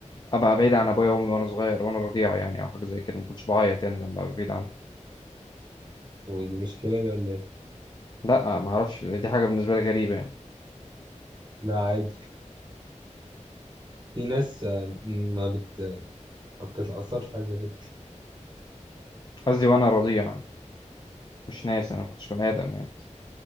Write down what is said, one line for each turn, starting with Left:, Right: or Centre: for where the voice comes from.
Left: أبقى بعيد عن أبويا وأمي وأنا صغير وأنا رضيع يعني أو حاجة زي كده ما كنتش بعيط يعني لما أبقى بعيد عنهم
Right: ودي مشكله دي ولا ايه
Left: لا ما أعرفش دي حاجة بالنسبة لي غريبة يعني
Right: لا عادي في ناس آه، ما بت ما بتتأثرش في حاجة زي كده
Left: قصدي وأنا رضيع مش ناس أنا ما كنتش بني آدم يعني